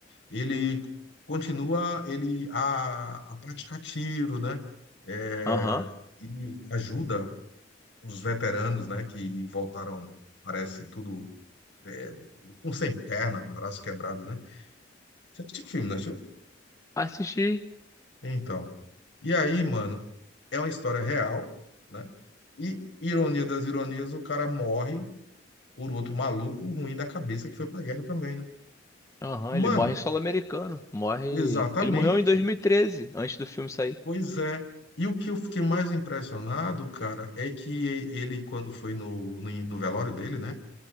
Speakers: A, on the left (about 70°); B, on the left (about 15°).
A: ele continua ele a, a praticar tiro, né? É,
B: Aham.
A: e ajuda os veteranos, né? Que voltaram, parece tudo é, com sem perna, um braço quebrado, né? Você assistiu o filme, não assistiu?
B: Assisti.
A: Então, e aí, mano, é uma história real, né? E ironia das ironias, o cara morre por outro maluco ruim da cabeça que foi pra guerra também, né?
B: Aham, ele
A: Mano,
B: morre em solo americano. Morre.
A: exatamente.
B: Ele morreu em 2013, antes do filme sair.
A: Pois é. E o que eu fiquei mais impressionado, cara, é que ele, quando foi no, no, no velório dele, né?